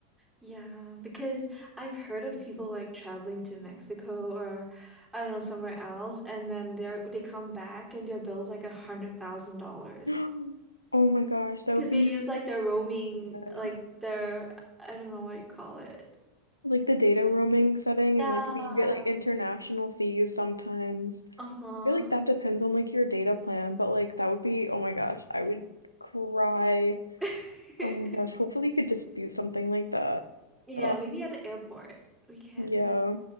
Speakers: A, in the centre; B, on the left.
A: Yeah, because I've heard of people like traveling to Mexico or I don't know, somewhere else, and then they're they come back and their bill's like a hundred thousand dollars.
B: <gasps> Oh my gosh, that
A: Because
B: would be
A: they use like their
B: so
A: roaming,
B: bad.
A: like their, I don't know what you call it.
B: Like the data roaming setting
A: Yeah.
B: and like you get like international fees sometimes.
A: Uh-huh.
B: feel like that depends on like your data plan, but like that would be, oh my gosh, I would cry.
A: <laughs>
B: Oh my gosh, hopefully you could dispute something like that.
A: Yeah,
B: Ugh.
A: maybe at the airport we can.
B: Yeah.